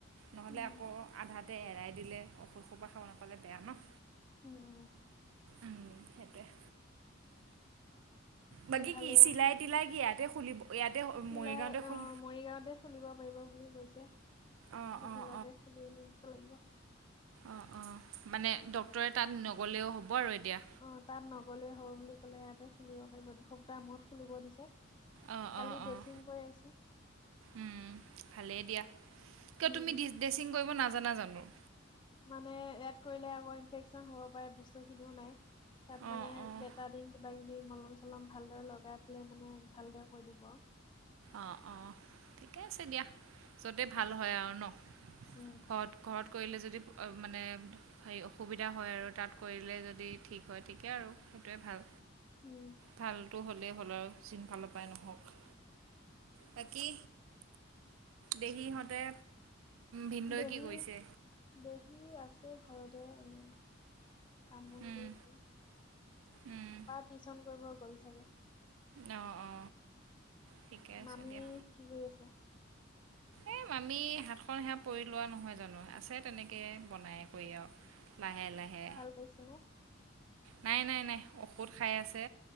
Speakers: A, on the right; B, on the left.
A: নহ'লে
B: উম
A: আকৌ আধাতে এৰাই দিলে ঔষধ সোপা খাব নাপালে বেয়া ন।
B: উম উম।
A: উম সেইটোৱে। বাকী
B: ভালেই
A: কি চিলাই
B: আৰু
A: তিলাই কি ইয়াতে খুলিব ইয়াতে
B: চিলাই
A: মৰিগাঁৱতে খুল
B: অ মৰিগাঁও তে খুলিব পাৰিব বুলি কৈছে
A: অঁ
B: চিবিলতে
A: অঁ
B: খুলি আনিব লাগিব।
A: অ অ মানে ডক্টৰে তাত নগ'লেও হ'ব আৰু এতিয়া।
B: অ তাত নগ'লেই হ'ব বুলি ক'লে ইয়াতে খুলিব পাৰিব দুসপ্তাহ মূৰত খুলিব দিছে।
A: অঁ
B: কালি
A: অঁ অঁ
B: ডেচিং কৈ আহিছে।
A: উম ভালেই দিয়া কিয়
B: উম
A: তুমি ডিচ ড্ৰেচিং কৰিব নাজানা জানো।
B: মানে এয়াড কৰিলে আকৌ ইনফেকচন হ'ব পাৰে বস্তু খিনিও নাই তাত
A: অ',
B: মানে
A: অ'।
B: বেড- টাদিন কিবা কিবি মলম চলম ভালদৰে লগাই পেলাই মানে ভালদৰে কৰি দিব আও।
A: অ অ ঠিকে আছে দিয়া যতে
B: উম,
A: ভাল হয় আৰু ন
B: উম।
A: ঘৰত ঘৰত কৰিলে যদি মানে হেৰি অসুবিধা হয় আৰু তাত কৰিলে যদি ঠিক হয় ঠিকে আৰু সেইটোৱে ভাল।
B: উম,
A: ভালটো হ'লেই হ'ল আৰু চিনফালৰ পৰাই নহওঁক। বাকী, দেহী ইহঁতে ভিনদেউয়ে
B: দেহি
A: কি কৰিছে?
B: দেহি আছে ঘৰতে এনে। কাম বন
A: উম,
B: কৰিছে তাপা
A: উম,
B: টিউচন কৰিব গ'ল চাগে।
A: অ অ। ঠিকে আছে
B: মামি
A: দিয়া।
B: কি কৰি আছে?
A: এই মামি হাতখন সেয়া পৰি লোৱা নহয় জানো আছে তেনেকৈ বনায়। কৰি আও লাহে লাহে।
B: হৈছেনে?
A: নাই নাই নাই ঔষধ খাই আছে,